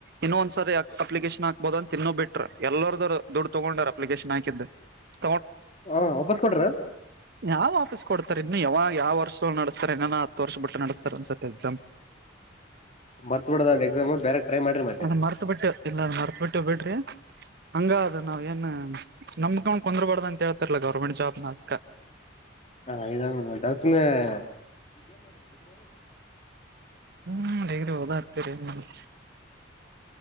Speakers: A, on the right; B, on the left.
A: ಇನ್ನೊಂದ್ಸರ್ ಯ ಅಪ್ಲಿಕೇಶನ್ ಹಾಕ್ಬಹದ ಅಂತ ತಿನ್ನ ಬಿಟ್ರ ಎಲ್ಲರದರು ದುಡ್ಡು ತೊಗೊಂಡ್ರ ಅಪ್ಲಿಕೇಶನ್ ಹಾಕಿದ್ದ್ <unintelligible>
B: ಹಾ ವಾಪಸ್ ಕೊಡ್ರ
A: ಯಾವ್ ವಾಪಸ್ ಕೊಡ್ತಾರೆ ಇನ್ನು ಯಾವಾಗ ಯಾವ್ ವರ್ಷ ನಡಸ್ತಾರೆ ಏನಾನ ಹತ್ತು ವರ್ಷ ಬಟ್ ನಡೆಸ್ತಾರ ಅನ್ಸತ್ ಎಕ್ಸಾಮ್
B: ಮರ್ತ್ ಬಿಡದ ಅದ್ ಎಕ್ಸಾಮ್ ಬೇರೆ ಟ್ರೈ ಮಾಡ್ರಿ ಮತ್ತೆ
A: ಅದ ಮರ್ತ ಬಿಟ್ ಇಲ್ಲದ ಮರ್ತ ಬಿಟ್ಟು ಬಿಡ್ರಿ ಹಂಗ ಅದು ನಾವ್ ಏನ್ ನಮ್ ಕಂಡ್ ಕುಂದ್ರಬಾರ್ದ ಅಂತ ಹೇಳ್ತಾರಲ್ಲಾ ಗವರ್ಮೆಂಟ್ ಜಾಬ್ ನ ಅತ್ಕ
B: ಹಾ ಇದ ದಾಸಮೆ <unintelligible>
A: ಹ್ಮ್ ಹೇಗಡೆ ಹೋದಾಗ್ತರಿೀ <unintelligible>